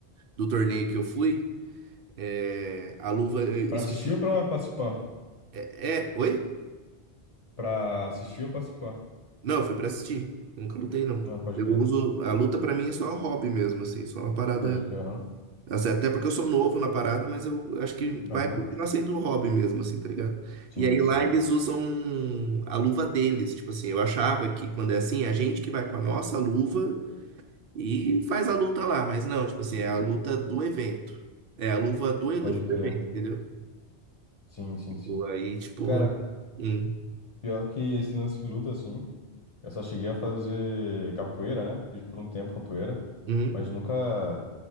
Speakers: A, on the right; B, on the left.
A: do torneio que eu fui, é, a luva. Isso.
B: Pra assistir ou pra participar?
A: É, é, oi?
B: Pra assistir ou participar?
A: Não, eu fui pra assistir. Nunca lutei, não.
B: Não, pode
A: Eu
B: crer.
A: uso. A luta pra mim é só um hobby mesmo, assim. Só uma parada.
B: Pode crer, aham.
A: assim, até porque eu sou novo na parada, mas eu acho que
B: Aham.
A: vai continuar sendo um hobby mesmo, assim, tá ligado?
B: Sim,
A: E aí
B: sim.
A: lá eles usam a luva deles. Tipo assim, eu achava que quando é assim, é a gente que vai com a nossa luva e faz a luta lá. Mas não, tipo assim, é a luta do evento. É a luva do ele-
B: Pode
A: do
B: crer.
A: evento, entendeu?
B: Sim, sim,
A: Tipo,
B: sim.
A: aí, tipo.
B: Cara,
A: Hum,
B: pior que esse lance de luta, assim. Eu só cheguei a fazer capoeira, né? Fiz por um tempo capoeira,
A: hum,
B: mas nunca